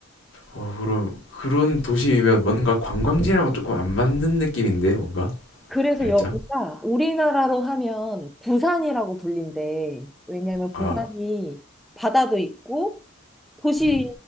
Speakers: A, on the left; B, in the centre.
A: 어, 그럼 그런 도심이면 뭔가 관광지랑은 조금 안 맞는 느낌인데, 뭔가?
B: 그래서
A: 살짝?
B: 여기가 우리나라로 하면 부산이라고 불린대. 왜냐면
A: 아,
B: 부산이 바다도 있고 도시
A: 음.